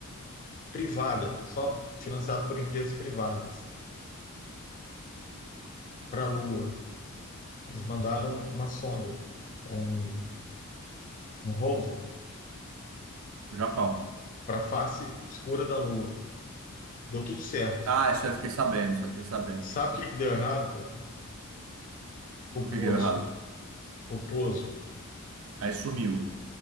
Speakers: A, on the left; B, on the right.
A: privada, só financiado por empresas privadas, para a Lua. Eles mandaram uma sonda, um, um rover,
B: O Japão.
A: para a face escura da Lua. Deu tudo certo.
B: Ah, isso eu fiquei sabendo, só fiquei sabendo.
A: Sabe o que, que deu errado, cara? Poposo.
B: O que que deu errado?
A: Poposo.
B: Aí sumiu.